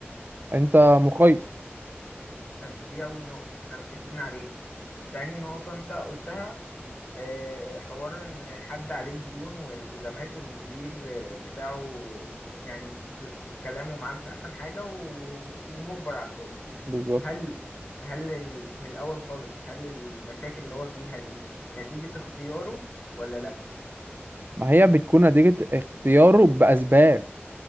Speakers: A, on the right; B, on the left.
A: انت مخير
B: ادي دي اول نقطة احنا متفقين عليها تاني نقطة انت قلتها آه، حوار ان حد عليه ديون والتزامات والمدير آه، بتاعه يعني ز- كلامه معاه مش احسن حاجة و- ومجبر على الشغل
A: بالظبط
B: هل هل ال- من الاول خالص هل المشاكل اللي هو فيها دي نتيجة اختياره ولا لا
A: ما هي بتكون نتيجة اختياره بأسباب